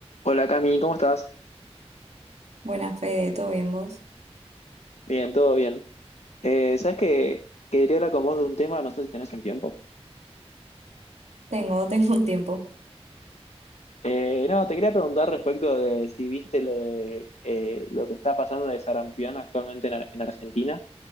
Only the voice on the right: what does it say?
Buena Fede, ¿todo bien vos?
Tengo, <laughs> tengo un tiempo.